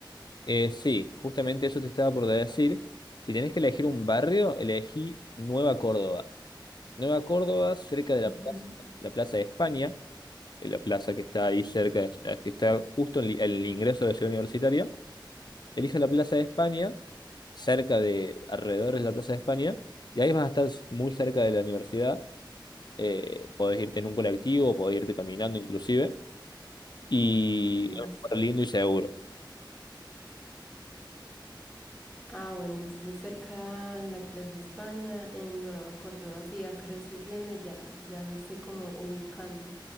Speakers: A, on the left (about 60°); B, in the centre.
A: eh, sí, justamente eso te estaba por decir. Si tenés que elegir un barrio, elegí Nueva Córdoba. Nueva Córdoba, cerca de
B: Ujú,
A: la plaza, la Plaza de España, en la plaza que está ahí cerca, eh, que está justo en li- en el ingreso de la ciudad universitaria. elige la Plaza de España, cerca de, alrededor de la Plaza de España, y ahí vas a estar muy cerca de la universidad. eh, podés irte en un colectivo, podés irte caminando inclusive, y
B: Listo.
A: es un lugar lindo y seguro.
B: Ah, bueno, entonces cerca a la Plaza España, en Nueva Córdoba, sí, acá lo estoy viendo y ya, ya me estoy como ubicando.